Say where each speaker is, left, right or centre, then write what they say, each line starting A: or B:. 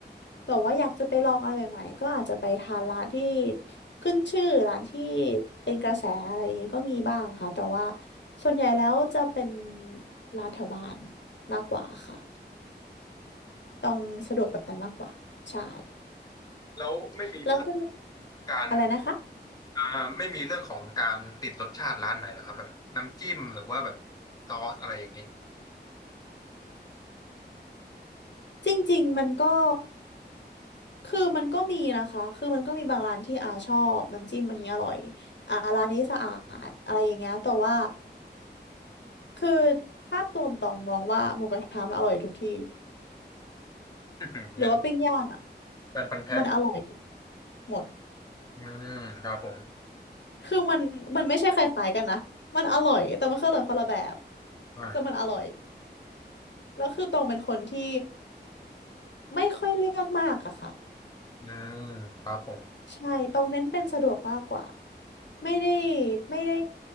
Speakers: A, on the left; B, on the left.
A: แบบว่าอยากจะไปลองอะไรใหม่ๆก็อาจจะไปทานร้านที่ขึ้นชื่อร้านที่เป็นกระแสอะไรอย่างงี้ก็มีบ้างค่ะแต่ว่าส่วนใหญ่แล้วจะเป็นร้านแถวบ้านมากกว่าค่ะต้องสะดวกแบบนั้นมากกว่าใช่
B: แล้วไม่มีเรื่อง
A: แล้วคุณ
B: การ
A: อะไรนะคะ
B: อ่าไม่มีเรื่องของการติดรสชาติร้านไหนเหรอครับแบบน้ำจิ้มหรือว่าแบบซอสอะไรอย่างนี้
A: จริงๆมันก็คือมันก็มีนะคะคือมันก็มีบางร้านที่อาชอบน้ำจิ้มอันนี้อร่อยอ่าร้านนี้สะอาดอะไรอย่างเงี้ยแต่ว่าคือภาพรวมตองมองว่าหมูกระทะมันอร่อยทุกที่
B: อื้อหือเป็น
A: หรือว่าปิ้งย่าง
B: แฟนพันธุ์แท้
A: มันอร่อยหมด
B: อืมครับผม
A: คือมันมันไม่ใช่คล้ายๆกันนะ มันอร่อยแต่มันก็ออร่อยคนละแบบ
B: อ่า
A: แต่มันอร่อยแล้วคือตองเป็นคนที่ไม่ค่อยเลือกมากอะค่ะ
B: อืมครับผม
A: ใช่ตองเน้นเป็นสะดวกมากกว่า ไม่ได้ไม่ได้